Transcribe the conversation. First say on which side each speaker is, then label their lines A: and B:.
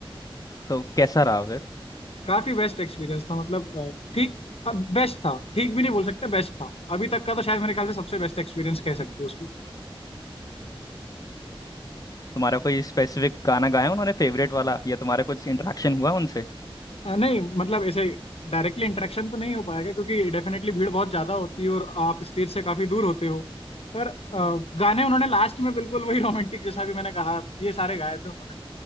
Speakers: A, on the left; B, on the left.
A: तो कैसा रहा
B: काफी बेस्ट एक्सपीरियंस था मतलब अ, ठीक बेस्ट था ठीक भी नहीं बोल सकते बेस्ट था अभी तक का तो शायद मेरे ख्याल से सबसे बेस्ट एक्सपीरियंस कह सकते हो उसको
A: तुम्हारा कोई स्पेसिफिक गाना गाया उन्होंने फेवरेट वाला या तुम्हारा कुछ इंटरेक्शन हुआ उनसे
B: अ, नहीं मतलब ऐसे डायरेक्टली इंटरेक्शन तो नहीं हो पाएगा क्योंकि डेफिनेटली भीड़ बहुत ज्यादा होती है और आप स्टेज से काफी दूर होते हो पर अ, गाने उन्होंने लास्ट में बिल्कुल वही रोमांटिक जैसा भी मैंने कहा ये सारे गाए थे उन्होंने